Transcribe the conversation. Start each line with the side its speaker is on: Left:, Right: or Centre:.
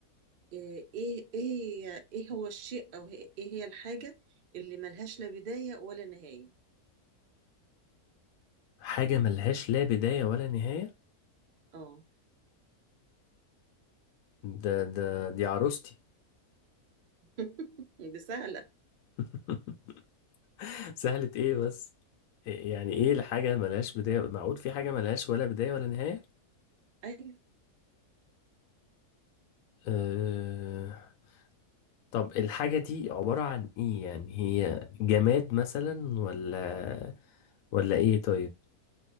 Right: إيه إيه إيه إيه هو الشيء أو إيه إيه هي الحاجة اللي ملهاش لا بداية ولا نهاية؟
Left: حاجة ملهاش لا بداية ولا نهاية
Right: آه
Left: ده ده دي عروستي
Right: <laughs> دي سهلة
Left: <laughs> سهلة ايه بس إيه- يعني ايه الحاجة ملهاش بداية معقول في حاجة ملهاش ولا بداية ولا نهاية
Right: أيوة
Left: أه... طب الحاجة دي عبارة عن ايه يعني هي جماد مثلا ولا ولا ايه طيب